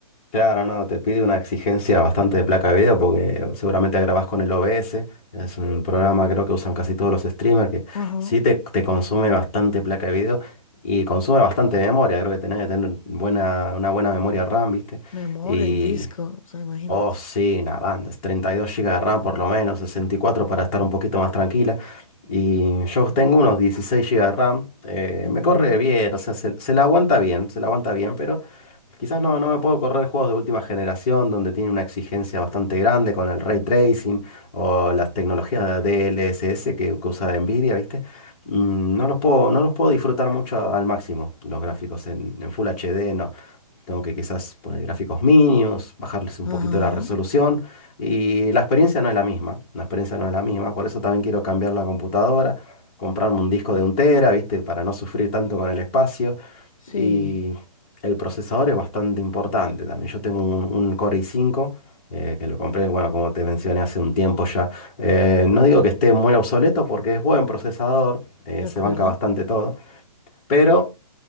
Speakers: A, on the left (about 20°); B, on the left (about 65°).
A: Claro, no, te pide una exigencia bastante de placa de video porque seguramente grabás con el OBS. Es un programa creo que usan casi todos los streamers que
B: Ajá.
A: sí te, te consume bastante placa de video y consume bastante memoria. Creo que tenés que tener buena, una buena memoria RAM, ¿viste?
B: Memoria
A: Y
B: y disco, o sea, imagínate.
A: Oh, sí, una banda, es 32 gigas de RAM por lo menos, 64 para estar un poquito más tranquila. Y yo tengo unos 16 gigas de RAM, eh,
B: Ujú.
A: me corre bien, o sea, se, se la aguanta bien, se la aguanta bien, pero Quizás no, no me puedo correr juegos de última generación donde tiene una exigencia bastante grande con el ray tracing o las tecnologías de DLSS que, que usa Nvidia, ¿viste? Mm, No los puedo, no los puedo disfrutar mucho al máximo los gráficos en, en Full HD, no. Tengo que quizás poner gráficos mínimos, bajarles un
B: Ajá.
A: poquito la resolución y la experiencia no es la misma, la experiencia no es la misma, por eso también quiero cambiar la computadora, comprarme un disco de un tera, ¿viste? Para no sufrir tanto con el espacio.
B: Sí,
A: Y el procesador es bastante importante también. Yo tengo un, un Core i5 eh, que lo compré, bueno, como te mencioné hace un tiempo ya. Eh, no digo que esté muy obsoleto porque es buen procesador, eh,
B: de acuerdo.
A: se banca bastante todo, pero